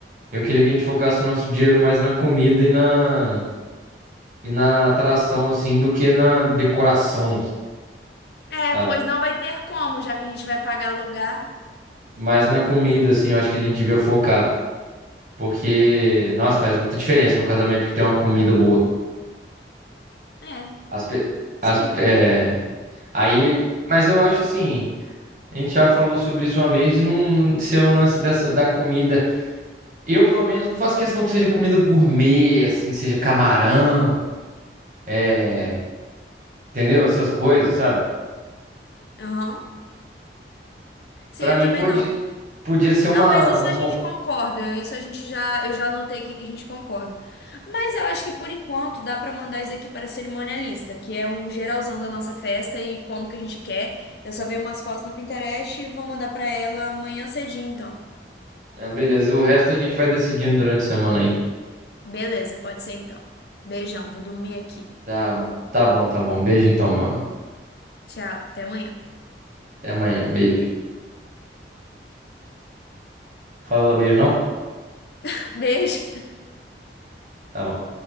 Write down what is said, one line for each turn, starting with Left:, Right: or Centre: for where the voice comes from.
Right: Eu queria que a gente focasse o nosso dinheiro mais na comida e na, e na atração, assim, do que na decoração,
Left: É,
Right: sabe?
Left: pois não vai ter como, já que a gente vai pagar lugar.
Right: Mas na comida, assim, eu acho que a gente devia focar. Porque, nossa, faz muita diferença um casamento que tem uma comida boa.
Left: É,
Right: As, pe-
Left: sim.
Right: as, é, aí, mas eu acho assim, a gente já falou sobre isso uma vez, de não não ser um lance dessa, da comida. Eu, pelo menos, não faço questão que seja comida gourmet, assim, que seja camarão, é, entendeu? Essas coisas, sabe?
Left: Aham. Sim,
Right: Pra
Left: eu
Right: mim,
Left: também
Right: pode,
Left: não.
Right: podia ser uma,
Left: Não, mas isso
Right: uma.
Left: a gente concorda. Isso a gente já, eu já anotei aqui que a gente concorda. Mas eu acho que por enquanto dá pra mandar isso aqui para a cerimonialista, que é um geralzão da nossa festa e como que a gente quer. Eu só vi umas fotos no Pinterest e vou mandar pra ela amanhã cedinho, então.
Right: Ah, beleza, o resto a gente vai decidindo durante a semana aí.
Left: Beleza, pode ser então. Beijão, vou dormir aqui.
Right: Tá, tá bom, tá bom. Beijo então, meu. amor.
Left: Tchau, até amanhã.
Right: Até amanhã. Beijo. Fala beijo, não?
Left: <laughs> Beijo.
Right: Tá bom.